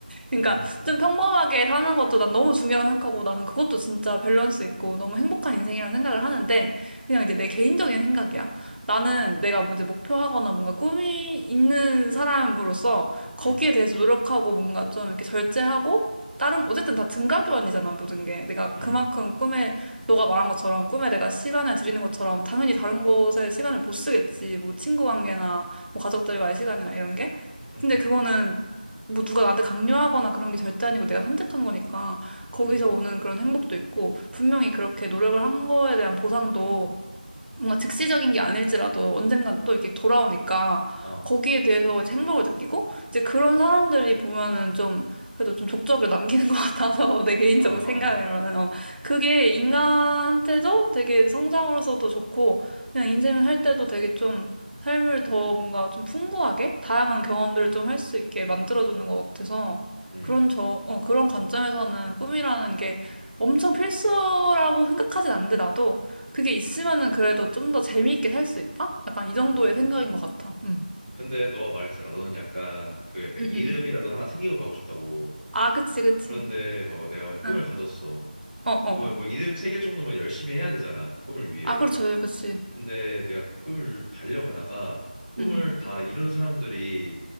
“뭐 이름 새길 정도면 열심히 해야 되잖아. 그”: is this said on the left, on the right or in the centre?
Centre